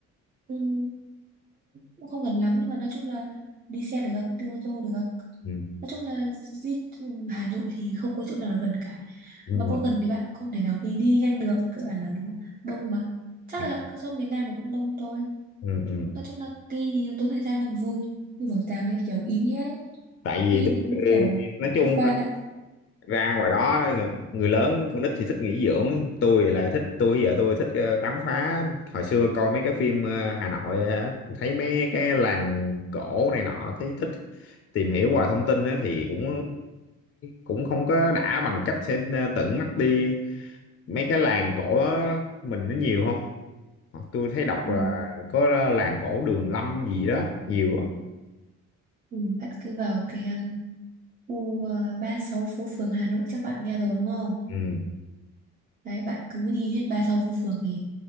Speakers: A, on the right; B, on the left.
A: Ừm, cũng không gần lắm nhưng mà nói chung là đi xe được đi ô tô được
B: ừ.
A: nói chung là di Hà Nội thì không có chỗ nào là gần cả
B: Ừ.
A: mà có gần thì bạn cũng không thể nào đi đi nhanh được cơ bản là nó đông mà chắc
B: Ừ.
A: là cứ trong miền Nam này cũng đông thôi
B: Ừ. ừ.
A: nói chung là đi thì tốn thời gian nhưng mà vui như bảo tàng đấy kiểu ý nghĩa đấy
B: tại vì
A: đi
B: tôi,
A: đúng kiểu
B: nói
A: tham
B: chung
A: quan đấy
B: ra ngoài đó người lớn con nít thì thích nghỉ dưỡng tôi lại thích tôi vợ tôi thích ờ, khám phá hồi xưa coi mấy cái phim ờ, Hà Nội ờ, thấy mấy cái làng cổ này nọ thấy thích tìm hiểu hoài thông tin á, thì cũng cũng không có đã bằng cách sẽ ờ, tận mắt đi mấy cái làng cổ đó, mình nó nhiều không Hoặc tôi thấy đọc
A: ừ.
B: là có làng cổ Đường Lâm gì đó nhiều á
A: Ừ. bạn cứ vào cái um, khu à, 36 phố phường Hà Nội chắc bạn nghe rồi đúng không?
B: ừ
A: Đấy, bạn cứ đi hết 36 phố phường thì